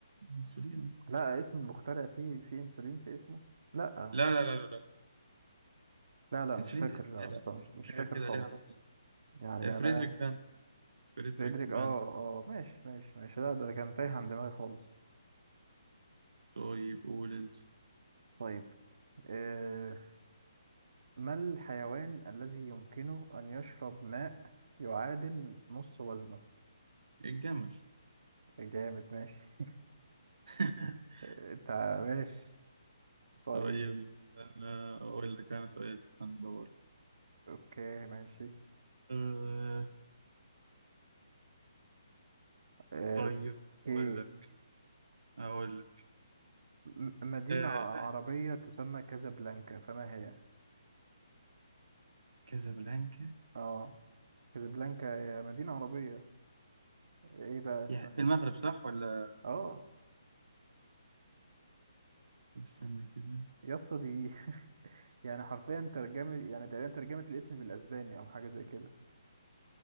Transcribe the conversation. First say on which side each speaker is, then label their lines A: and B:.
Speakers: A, on the right (about 85°); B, on the right (about 65°).
A: انسولين عادي.
B: لا اسم المخترع فيه في انسولين في اسمه لا
A: لا لا لا لا لا.
B: لا لا
A: الانسولين
B: مش فاكر
A: ده اسم إيه بقى
B: اصلا مش,
A: اسم
B: مش
A: حاجة
B: فاكر
A: كده
B: خالص
A: ليها علاقة
B: يعني
A: لا. فريدريك
B: انا
A: بانتنج فريدريك
B: فريدريك
A: بانتنج
B: اه اه ماشي ماشي ماشي لا ده كان تايه عن دماغي خالص
A: طيب قول انت
B: طيب آه ما الحيوان الذي يمكنه ان يشرب ماء يعادل نص وزنه
A: الجمل
B: جامد ماشي <laughs>
A: <laughs>
B: انت ماشي طيب
A: طيب استنى اقول لك انا سؤال استنى ادور
B: اوكي ماشي
A: أه
B: آه
A: طيب
B: اوكي
A: اقول لك اقول لك
B: م- مدينة
A: أه
B: ع-
A: لا
B: عربية تسمى كازابلانكا فما هي؟
A: كازابلانكا
B: اه كازابلانكا هي مدينة عربية ايه بقى اسمها
A: يا- في
B: ايه؟
A: المغرب صح ولا
B: اه
A: استنى كده
B: يا اسطى دي <laughs> يعني حرفيا ترجمة يعني تقريبا ترجمة الاسم بالاسباني او حاجة زي كده